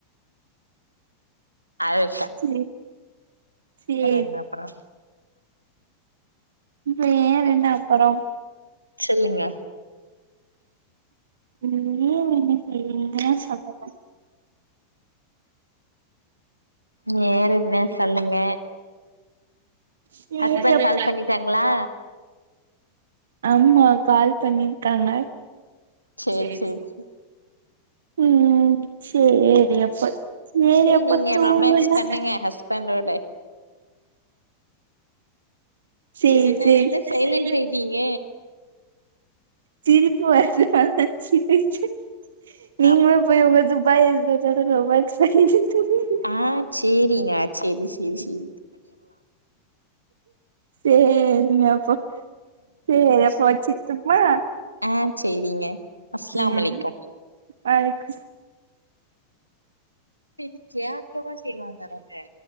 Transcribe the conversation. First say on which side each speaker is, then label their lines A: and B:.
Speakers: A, on the right; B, on the right.
A: அது
B: சரி சரி
A: என்ன அப்றோ
B: வேற என்ன அப்பறோ
A: சொல்லுங்க
B: நீங்க என்ன செய்விங்கன்னே சொல்லல
A: வேற என்ன சொல்லுங்க
B: சேரி
A: ஹஸ்பண்ட்
B: அப்ப
A: கால் பண்ணிட்டாங்களா
B: ஆமா கால் பண்ணிருக்காங்க
A: சேர்
B: சரி
A: சேர்
B: சரி
A: சேர்
B: ம் சேரி எப்பத் சேரி எப்பத்
A: நீங்க
B: தூங்குவீங்க
A: ரொமான்ஸ் பண்ணுங்க ஹஸ்பண்டோட
B: சரி
A: செரி நா என்ன சைலண்ட்
B: சரி
A: ஆயிட்டீங்க
B: சிரிப்பு வருது அதா சிரிச்சே நீங்களு
A: அப்
B: போய் உங்க துபாய் ஹஸ்பண்ட்டோட ரொமான்ஸ் பண்ணிட்டு தூங்குங்க
A: ஆ சேரிங்க செரி செரி செரி
B: சேரிங்க அப்போ சேரி அப்ப வச்ருட்டுமா
A: ஆம் சேரிங்க அஸ்லாம்
B: ம்
A: அலைக்கும்
B: பைக்கு
A: <unintelligible> இது கேக்கவா செய்வாங்க அவ்ங்க